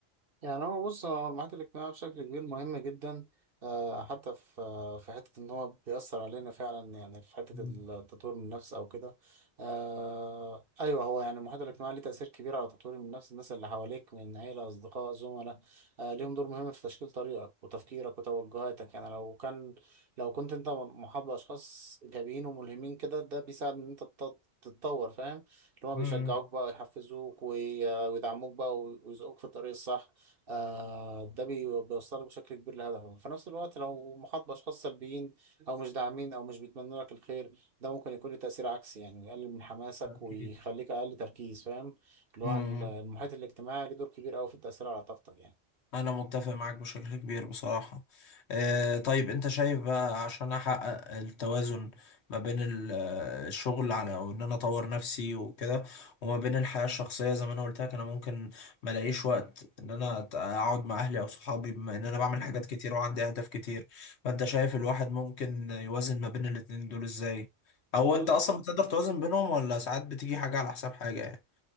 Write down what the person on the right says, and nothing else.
يعني هو بص هو المحيط الاجتماعي بشكل كبير مهم جدا آه، حتى في آه، في حتة إن هو بيأثر علينا فعلا يعني في حتة
التطوير من النفس أو كده آه، أيوه هو يعني المحيط الاجتماعي ليه تأثير كبير على تطوير من النفس الناس اللي حواليك من عيلة أصدقاء زملاء آه، ليهم دور مهم في تشكيل طريقك وتفكيرك وتوجهاتك يعني لو كان لو كنت أنت محاط بأشخاص إيجابيين وملهمين كده ده بيساعد إن أنت تط- تتطور فاهم اللي هما
بيشجعوك بقى ويحفزوك وي- ويدعموك بقى ويزقوك في الطريق الصح آه ده بي- بيوصلك بشكل كبير لهدفك في نفس الوقت لو محاط بأشخاص سلبيين أو مش داعمين أو مش بيتمنوا لك الخير ده ممكن يكون له تأثير عكسي يعني يقلل من حماسك
ويخليك أقل تركيز فاهم اللي
هو المحيط الاجتماعي له دور كبير أوي في التأثير على طاقتك يعني
ولا